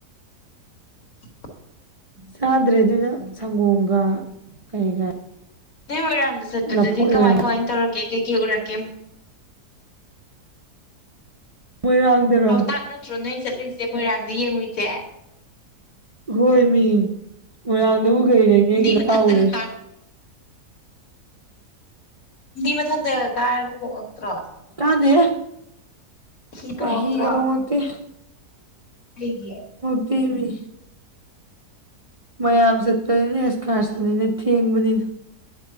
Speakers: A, on the left (about 60°); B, on the right (about 40°).
A: <inaudible>
B: ꯆꯥꯗ꯭ꯔꯦ ꯑꯗꯨꯅ ꯁꯪꯒꯣꯝꯒ ꯀꯩꯒ
A: ꯅꯣꯏ ꯃꯣꯏꯔꯥꯡꯗ ꯆꯠꯄꯗꯨꯗꯤ
B: ꯂꯐꯣꯏ
A: ꯀꯃꯥꯏ
B: ꯑꯣꯏꯅ
A: ꯀꯃꯥꯏ ꯇꯧꯔꯛꯀꯦ ꯀꯩ ꯀꯩ ꯎꯔꯛꯀꯦ
B: ꯃꯣꯏꯔꯥꯡꯗꯔꯣ
A: ꯂꯥꯎꯇꯥꯛ ꯅꯠꯇ꯭ꯔꯣ ꯅꯣꯏ ꯆꯠꯂꯨꯏꯁꯦ ꯃꯣꯏꯔꯥꯡꯗ ꯌꯦꯡꯉꯨꯏꯁꯦ
B: ꯍꯣꯏ ꯃꯤ ꯃꯌꯥꯝꯗ ꯎꯒꯩ ꯂꯩꯅꯦꯒ
A: ꯐꯨꯝꯗꯤ ꯃꯊꯛꯇꯒ
B: ꯇꯥ ꯎꯔꯦ
A: ꯃ ꯊꯗ ꯇꯠꯇ꯭ꯔ
B: ꯀꯥꯟꯗꯦ
A: ꯍꯤ ꯇꯣꯡꯉꯛꯇ꯭ꯔꯣ
B: ꯍꯤꯒꯗꯣꯉꯛꯇꯦ
A: ꯍꯥꯏꯒꯤꯦ
B: ꯀꯕꯤ ꯃꯌꯥꯝ ꯆꯠꯄꯅꯦ ꯑꯁ ꯀꯥꯔ ꯆꯠꯅꯤꯅꯦ ꯊꯦꯡꯕꯅꯤꯅ